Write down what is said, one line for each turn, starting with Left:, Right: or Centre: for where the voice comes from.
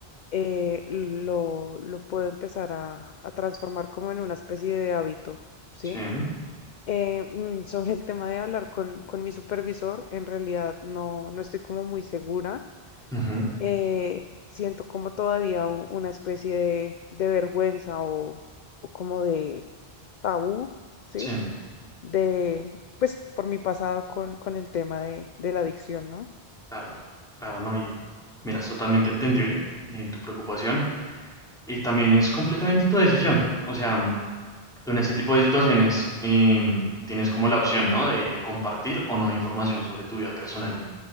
Left: eh, lo, lo puedo empezar a, a transformar como en una especie de hábito, ¿sí?
Centre: sí,
Left: Eh, mm, sobre el tema de hablar con, con mi supervisor, en realidad no, no estoy como muy segura
Centre: ujú,
Left: eh, siento como todavía u- una especie de, de vergüenza o, o como de tabú, ¿sí?
Centre: sí,
Left: De, pues por mi pasado con, con el tema de, de la adicción, ¿no?
Centre: claro, claro, ¿no? Y mira, es totalmente entendible en tu preocupación y también es completamente tu decisión. O sea, Tú en este tipo de situaciones em, tienes como la opción, ¿no? De compartir o no información sobre tu vida personal y